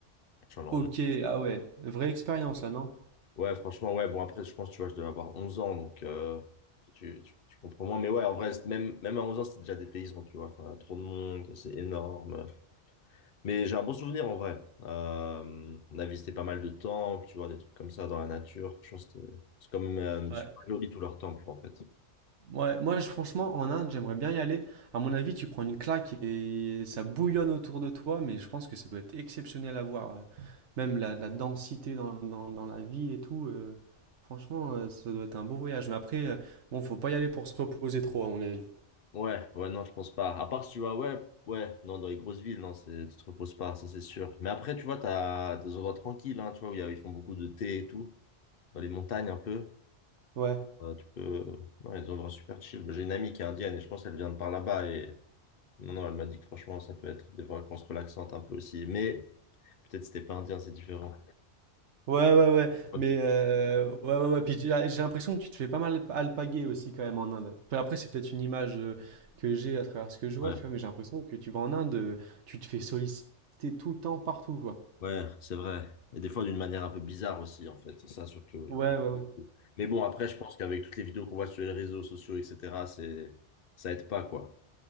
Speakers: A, on the left (about 55°); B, on the right (about 75°).
A: Je suis allé en
B: Ok,
A: Inde.
B: ah ouais, vraie expérience là, non?
A: Ouais, franchement, ouais. Bon, après, je pense, tu vois, je devais avoir 11 ans, donc euh, tu, tu, tu comprends moins. Mais ouais, en vrai, c'est- même, même à 11 ans, c'était déjà des paysans, tu vois. Enfin, trop de monde, c'est énorme. Mais j'ai un bon souvenir en vrai. Euh, on a visité pas mal de temples, tu vois, des trucs comme ça dans la nature. Je pense que c'était- c'est comme euh,
B: Ouais.
A: super joli tous leurs temples en fait.
B: Ouais, moi je, franchement en Inde, j'aimerais bien y aller. À mon avis, tu prends une claque et ça bouillonne autour de toi, mais je pense que ça doit être exceptionnel à voir. euh, Même la, la densité dans, dans- dans la ville et tout. euh, franchement, euh, ça doit être un beau voyage. Mais après, euh, bon, faut pas y aller pour se reposer trop, à mon avis.
A: Ouais, ouais, non, je pense pas. À part si tu vois, ouais, ouais, non, dans les grosses villes, non, c'est, tu te reposes pas, ça c'est sûr. Mais après, tu vois, t'as des endroits tranquilles, hein, tu vois, où il y a- ils font beaucoup de thé et tout, dans les montagnes un peu.
B: Ouais.
A: Euh, tu peux, non, il y a des endroits super chill. J'ai une amie qui est indienne et je pense qu'elle vient de par là-bas et non, non, elle m'a dit que franchement, ça peut être des vacances relaxantes un peu aussi. Mais peut-être c'était pas indien, c'est différent.
B: Ouais, ouais, ouais,
A: Ok,
B: mais heu, ouais, ouais, ouais, puis tu as j'ai l'impression que tu te fais pas mal alp alpaguer aussi quand même en Inde. Enfin, après, c'est peut-être une image, heu, que j'ai à travers ce que je vois,
A: ouais.
B: tu vois? Mais j'ai l'impression que tu vas en Inde, heu, tu te fais solliciter tout le temps, partout, quoi.
A: Ouais, c'est vrai. Et des fois d'une manière un peu bizarre aussi, en fait. C'est ça surtout. et
B: Ouais,
A: pas-
B: ouais, ouais.
A: Mais bon, après, je pense qu'avec toutes les vidéos qu'on voit sur les réseaux sociaux, etc., c'est... ça aide pas, quoi.